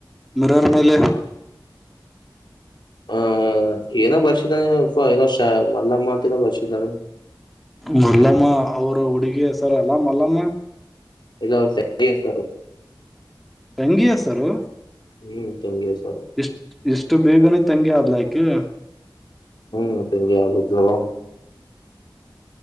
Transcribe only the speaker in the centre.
ಮರರ್ ಮೇಲೆ
ಮಲ್ಲಮ್ಮ ಅವ್ರ ಹುಡುಗಿ ಹೆಸರ ಅಲ್ಲ ಮಲ್ಲಮ್ಮ
ತಂಗಿ ಹೆಸರು
ಇಷ್ಟ ಎಷ್ಟು ಬೇಗನೆ ತಂಗಿ ಆ ಲೈಕೆ